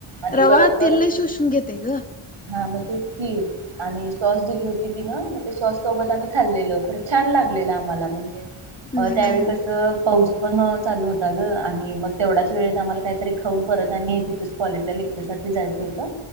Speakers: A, on the right; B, on the left.
A: आणि
B: रवा
A: गरम गरम
B: तेल लई शोषून घेतंय गं.
A: हा मग ते ती आणि सॉस दिली होती तिनं मग ते सॉस सोबत आम्ही खाल्लेलो तर छान लागलेलं आम्हाला म्हणजे
B: हम्म हम्म
A: त्यावेळी
B: हम्म.
A: कसं. पाऊस पण अ चालू होता ग आणि मग तेवढाच वेळेत आम्हाला काय तरी खाऊन परत आणि तिथंच. कॉलेतल्या लेक्चरसाठी जायचं होत